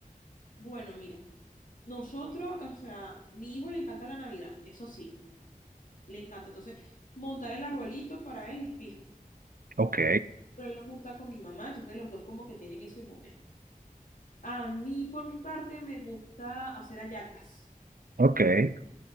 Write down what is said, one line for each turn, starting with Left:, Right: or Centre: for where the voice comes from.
Left: Bueno, mira, nosotros, o sea, mi hijo le encanta la Navidad, eso sí, le encanta. Entonces, montar el arbolito para él es fijo.
Right: Ok.
Left: Pero él lo monta con mi mamá, entonces los dos como que tienen ese momento. A mí, por mi parte, me gusta hacer hallacas.
Right: Ok. <laughs>